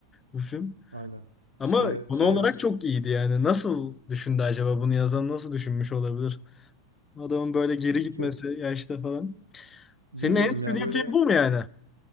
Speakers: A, on the left (about 20°); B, on the right (about 85°).
A: bu film.
B: Aynen.
A: Ama
B: İşte
A: konu
B: şey
A: olarak
B: var.
A: çok iyiydi yani. Nasıl düşündü acaba bunu yazan nasıl düşünmüş olabilir? Adamın böyle geri gitmesi
B: Çok
A: yaşta falan.
B: bilmiyorum
A: Senin en sevdiğin
B: ya böyle
A: film bu mu yani?